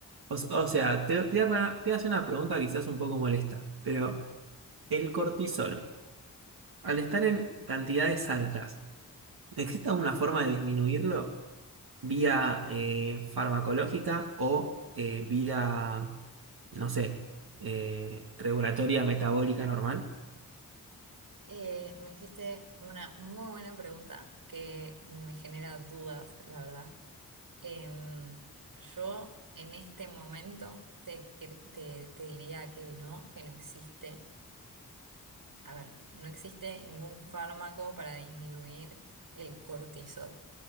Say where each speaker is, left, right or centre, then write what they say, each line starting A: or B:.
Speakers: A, on the right; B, on the right.
A: o, o sea, te, te voy a te voy a hacer una pregunta quizás un poco molesta, pero el cortisol al estar en cantidades altas, ¿existe alguna forma de disminuirlo vía eh, farmacológica o eh, vía, no sé, eh, regulatoria metabólica normal?
B: Eh, me hiciste una muy buena pregunta que me genera dudas, la verdad. Em, yo en este momento te, cre- te, te diría que no, que no existe. A ver, no existe ningún fármaco para disminuir el cortisol.